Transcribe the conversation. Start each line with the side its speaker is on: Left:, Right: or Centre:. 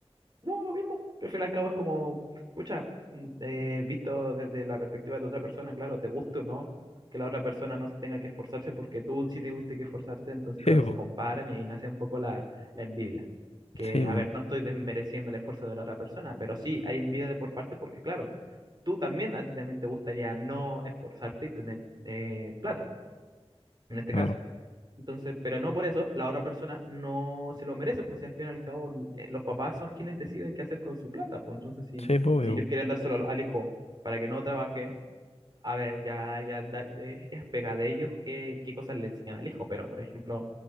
Right: No, lo mismo. Al fin y al cabo es como, pucha, mm, eh, visto desde la perspectiva de otra persona, claro, te guste o no, que la otra persona no tenga que esforzarse porque tú sí te tuviste que esforzarte, entonces, claro,
Left: Sí, bo,
Right: se comparan y ahí nace un poco la, la envidia. Que,
Left: sí,
Right: a
Left: bo,
Right: ver, no estoy desmereciendo el esfuerzo de la otra persona, pero sí hay envidia de por parte porque, claro, tú también, a ti también te gustaría no esforzarte y tener eh, plata, en este
Left: claro.
Right: caso. Entonces, pero no por eso, la otra persona no se lo merece, pues si al fin y al cabo eh, los papás son quienes deciden qué hacer con su plata, pues entonces si,
Left: Sí, pues,
Right: si
Left: obvio,
Right: ellos quieren dárselo al, al hijo para que no trabaje, a ver, ya, ya da- de- es pega de ellos qué, qué cosas le enseñan al hijo, pero por ejemplo,